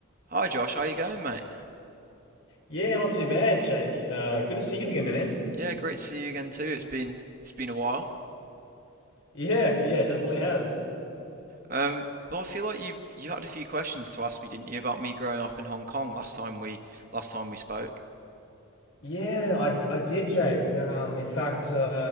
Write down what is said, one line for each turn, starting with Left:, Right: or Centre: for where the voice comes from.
Right: Hi Josh, how you going, mate?
Left: Yeah, not too bad, Jake. Uh, good to see you again, man.
Right: Yeah, great to see you again too. It's been it's been a while.
Left: Yeah, yeah, definitely has.
Right: Um, well, I feel like you you had a few questions to ask me, didn't you, about me growing up in Hong Kong last time we last time we spoke?
Left: Yeah, I I did, Jake. Um, in fact, uh,